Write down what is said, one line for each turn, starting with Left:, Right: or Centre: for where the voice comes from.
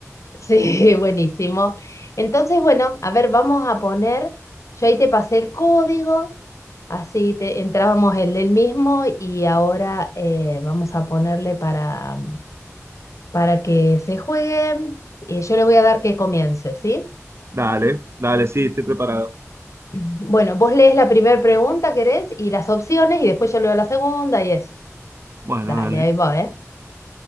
Left: Sí, <laughs> buenísimo. Entonces, bueno, a ver, vamos a poner, yo ahí te pasé el código, así te, entrábamos en el mismo y ahora eh, vamos a ponerle para, para que se juegue. Eh, yo le voy a dar que comience, ¿sí?
Right: Dale, dale, sí, estoy preparado.
Left: Bueno, vos lees la primera pregunta, ¿querés? Y las opciones y después yo leo la segunda y es.
Right: Bueno,
Left: Dale,
Right: dale.
Left: ahí va, ¿eh?